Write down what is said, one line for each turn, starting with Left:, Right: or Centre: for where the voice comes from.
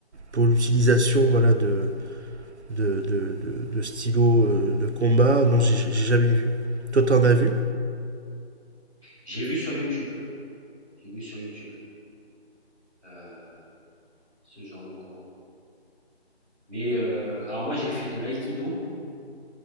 Right: pour l'utilisation voilà, de, de, de, de, de stylos euh, de combat. Non, j'ai j'ai jamais vu. Toi, t'en as vu
Centre: j'ai vu sur YouTube, j'ai vu sur YouTube, heu, ce genre de cours. Mais, heu, alors moi j'ai fait de l'aïkido,